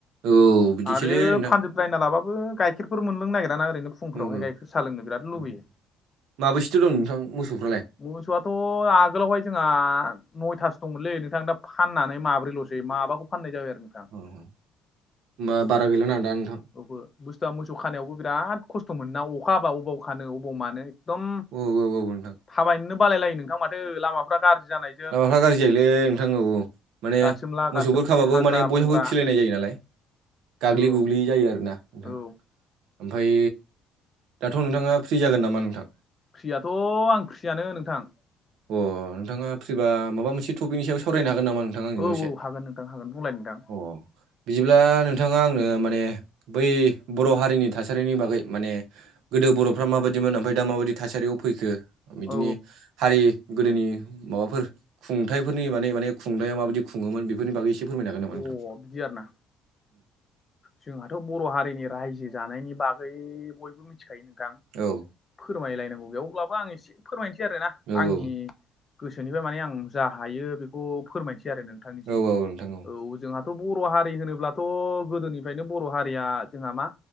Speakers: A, on the right; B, on the left.
A: औ बिदिसोलै
B: आरो
A: नोंथां
B: द्रायना लाबाबबो गाइखेरफोर मोनलों नागिरा ओरैनो फुंफ्रावहाय
A: औ
B: गाइखेर सा लोंनो बिराद
A: औ
B: लुबैयो।
A: माबैसेथो दं नोंथां मोसौफ्रालाय?
B: मोसौआथ आगोलावहाय जोंहा नयथासो दंमोनलै नोंथां दा फाननानै माब्रै लसै माबाखौ फाननाय जाबाय आरो नोंथां
A: अ होमबा बारा गैला दा नोंथां
B: अ बुस्थुवा मोसौ खानायावबो बिराद खस्थ मोन ना अखा हाबा अबाव खानो अबाव मानो। एकदम
A: औ औ औ नोंथां
B: थाबायनोननो बालायलायो नोंथां माथो लामाफ गाज्रि जानाय
A: लामाफ्रा गाज्रि जायोलै नोंथां औ माने
B: गासोमला गासोमलि
A: मोसौ खाबाबो
B: हाग्रा
A: माने
B: बंग्रा
A: बयहाबो फिलायनाय जायो नालाय गाग्लि
B: औ
A: गुग्लि जायो आर ना नोंथां।
B: औ
A: ओमफ्राय दाथ नोंथाङा फ्रि जागोन नामा नोंथां?
B: फ्रियाथ आं फ्रियानो नोंथां।
A: अ नोंथाङा फ्रिबा माबा मोनसे टपिकनि सायाव सावरायनो हागोन नामा नों नोंथाङा आंजों
B: औ
A: दसे
B: औ हागोन नोंथां हागोन बुंलाय नोंथां
A: अ बिदिब्ला नोंथाङा आंनो माने बै बर हारिनि थासारिनि बागै माने गोदो बरफ्रा माबायदिमोन ओमफ्राय दा माबायदि थासारियाव फैखो बिदिनो
B: औ
A: हारि गोदोनि माबाफोर खुंथाइफोरनि माने माने खुंथाया माबायदि खुङोमोन बेफोरनि बागै एसे फोरमायनो हागोन नामा नोंथां?
B: औ अ बिदि आरोना जोंहाथ बर हारिनि रायजो जानायनि बागै बयबो मिथिखायो नोंथां।
A: औ।
B: फोरमायलायनांगौ ग बेयाव अब्लाबो आं एसे फोरमायनोसै आरोना
A: औ
B: आंनि गोसोनिफ्राय माने आं जा हायो बेखौ फोरमायसै आरो नोंथांनिसिम।
A: औ औ नोंथां औ
B: औ जोंहाथ' बर' हारि होनोब्लाथ' गोदोनिफ्रायनो बर' हारिया जोंहा मा?